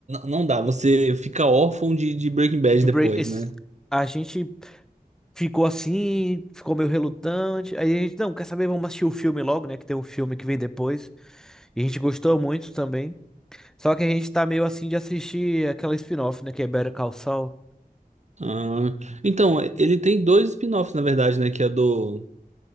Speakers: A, on the right; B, in the centre.
A: não dá, você fica órfão de, de Breaking Bad
B: De
A: depois,
B: Bra- esse-
A: né?
B: A gente ficou assim, ficou meio relutante. Aí a gente, não, quer saber? Vamos assistir o filme logo, né? Que tem um filme que vem depois. E a gente gostou muito também. Só que a gente tá meio assim de assistir aquela spin-off, né? Que é Better Call Saul.
A: Ah, então, ele tem dois spin-offs, na verdade, né? Que é do.